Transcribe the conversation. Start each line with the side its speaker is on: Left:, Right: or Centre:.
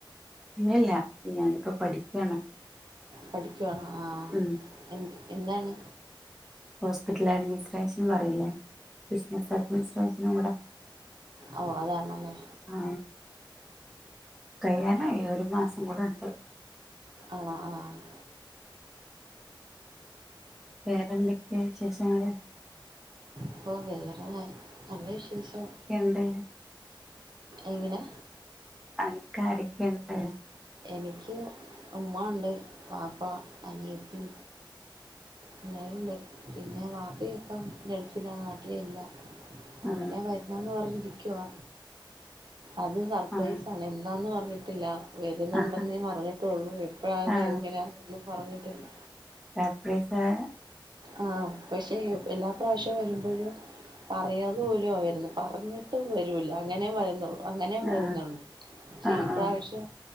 Centre: ഇല്ലല്ല ഞാനിപ്പോ പഠിക്കാണ്
Right: പഠിക്കുവാണോ ആഹ്
Centre: ഉം
Right: എന്ത്‌ എന്താണ്?
Centre: ഹോസ്പിറ്റൽ അഡ്മിസ്രേഷൻ ന്ന് പറയില്ലേ ബിസിനസ് അഡ്മിസ്രെഷനും കൂടെ
Right: ഓഹ് അതാണോ അതെ
Centre: അഹ് ആഹ് കഴിയാനായി ഒരു മാസം കൂടെ ഉണ്ട്
Right: ആണോ ആഹ്.
Centre: വേറെന്തൊക്കെ വിശേഷങ്ങള്
Right: ഇപ്പൊ വേറെ നല്ല വിശേഷം
Centre: എന്ത്
Right: എങ്ങനെ
Centre: അനക്ക് ആരെക്കെണ്ട്
Right: എനിക്ക് ഉമ്മ ഉണ്ട് വാപ്പ അനിയത്തി എല്ലാവരുണ്ട് പിന്നെ വാപ്പ ഇപ്പം ഗൾഫിലാ നാട്ടിലില്ല
Centre: ആ
Right: ഉടനെ വരുന്നെന്ന്പറഞ്ഞിരിക്കുവാ അത് സർപ്രൈസാണ്
Centre: ആ
Right: എന്നാന്ന് പറഞ്ഞിട്ടില്ല വരുന്നുണ്ടെന്നേ
Centre: ആ
Right: പറഞ്ഞിട്ടൊള്ളൂ എപ്പോഴാെന്ന്
Centre: ആ
Right: എങ്ങനെയാണെന്നൊന്നും പറഞ്ഞിട്ടില്ല
Centre: സർപ്രയ്‌സ് ആണ്
Right: ആഹ് പക്ഷെ എല്ലാ പ്രാവശ്യവും വരുമ്പോഴും പറയാതേ പോലുവാ വരുന്ന് പറഞ്ഞിട്ട് പോലുവില്ല അങ്ങനെയാ വരുന്നൊള്ളു അങ്ങനേം
Centre: ആ
Right: വരുന്നുണ്ട് പക്ഷെ
Centre: ആ
Right: ഈ
Centre: ആ
Right: പ്രാവശ്യം